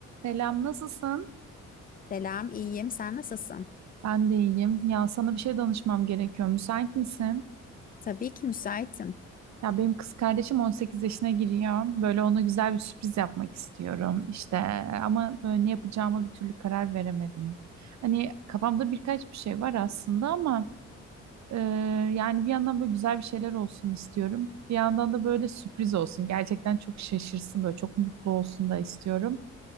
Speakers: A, on the right; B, on the left.
A: Selam, nasılsın?
B: Selam, iyiyim. Sen nasılsın?
A: Ben de iyiyim. Ya sana bir şey danışmam gerekiyor. Müsait misin?
B: Tabii ki müsaitim.
A: Ya benim kız kardeşim 18 yaşına giriyor. Böyle ona güzel bir sürpriz yapmak istiyorum. İşte ama böyle ne yapacağıma bir türlü karar veremedim. Hani kafamda birkaç bir şey var aslında ama e, yani bir yandan böyle güzel bir şeyler olsun istiyorum. Bir yandan da böyle sürpriz olsun. Gerçekten çok şaşırsın böyle çok mutlu olsun da istiyorum.